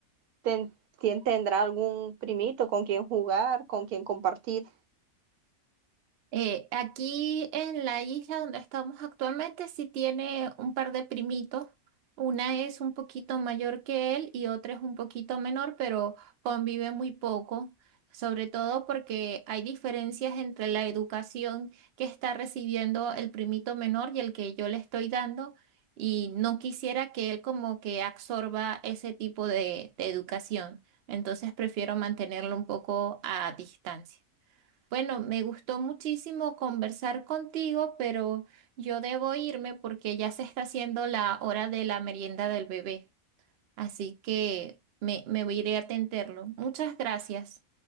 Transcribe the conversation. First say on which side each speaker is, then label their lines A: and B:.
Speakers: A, on the right; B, on the right.
A: ten- tien- tendrá algún primito con quien jugar, con quien compartir.
B: Eh, aquí en la isla donde estamos actualmente sí tiene un par de primitos. Una es un poquito mayor que él y otra es un poquito menor, pero convive muy poco, sobre todo porque hay diferencias entre la educación que está recibiendo el primito menor y el que yo le estoy dando. Y no quisiera que él como que absorba ese tipo de, de educación. Entonces prefiero mantenerlo un poco a distancia. Bueno, me gustó muchísimo conversar contigo, pero yo debo irme porque ya se está haciendo la hora de la merienda del bebé. Así que me, me iré a atenderlo. Muchas gracias.